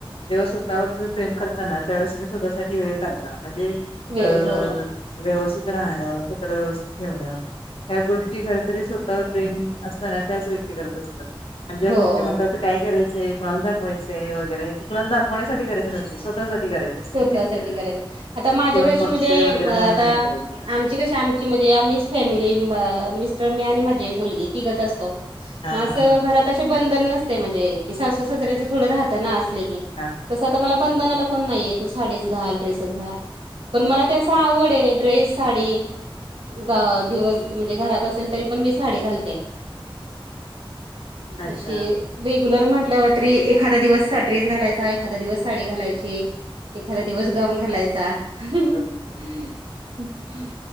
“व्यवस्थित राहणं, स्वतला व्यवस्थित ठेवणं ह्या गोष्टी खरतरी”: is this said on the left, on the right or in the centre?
Left